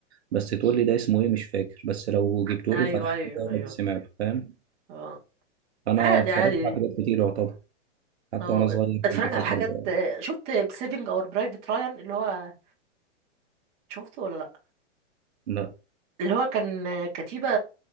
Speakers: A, on the right; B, on the right.
A: بس تقول لي ده اسمه ايه مش فاكر بس لو جبته
B: ايوه
A: لي وفتحته
B: ايوه
A: ده انا
B: ايوه
A: كنت سمعته فاهم
B: اه
A: فانا
B: عادي
A: اتفرجت
B: عادي
A: على حاجات كتير يعتبر حتى
B: اه
A: وانا صغير
B: اتفرجت
A: كنت فاكر
B: على حاجات
A: بقى
B: آه، شفت سيفنج اور برايفت رايان اللي هو شفته ولا لا
A: لا
B: اللي هو كان كتيبة